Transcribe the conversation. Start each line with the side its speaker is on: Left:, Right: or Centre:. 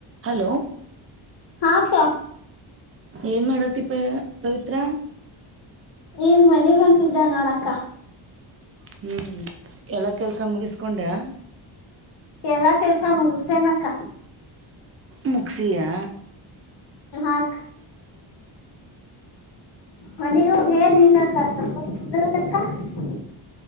Right: Hello
Left: ಹಾಕ್ಕ
Right: ಏನ್ ಮಾಡತಿ ಅಪ್ಪಿ ಪವಿತ್ರ
Left: ಈಗ ಮನೆಗೆ ಹೊಂಟಿದ್ದೆ ನೋಡಕ್ಕ
Right: ಹ್ಞೂ ಎಲ್ಲ ಕೆಲಸ ಮುಗಿಸಿ ಕೊಂಡ್ಯಾ
Left: ಎಲ್ಲಾ ಕೆಲಸ ಮುಗಿಸಿ ಏನಕ್ಕಾ
Right: ಮುಕ್ಸಿಯಾ
Left: ಅಕ್ಕ ಮನೆ ಹೋಗಿ ಏನು ಇಲ್ಲ ಅಕ್ಕ ಸ್ವಲ್ಪ ಅಂರುವುದು ಅಕ್ಕ